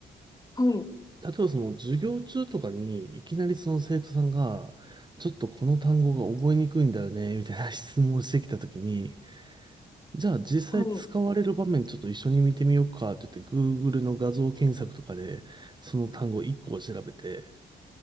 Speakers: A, on the left; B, on the right.
A: はい。
B: 例えばその授業中とかにいきなりその生徒さんが、ちょっとこの単語が覚えにくいんだよね、みたいな質問をしてきたときに、じゃあ実際使われる場面ちょっと一緒に見てみようかって言って
A: はい、
B: Google の画像検索とかでその単語1個を調べて、